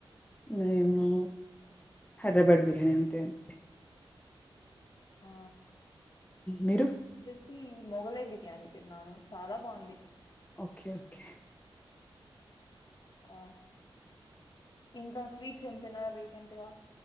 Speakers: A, on the left; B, on the left.
A: మేము హైదరాబాద్ బిర్యానీ అంతే అండీ
B: ఆ
A: మీరు
B: నేను మొఘలై బిర్యానీ తిన్నాను చాలా బాగుంది.
A: ఓకే ఓకే
B: ఆ ఇంకా స్వీట్స్ ఎం తిన్నారు రీసెంట్గా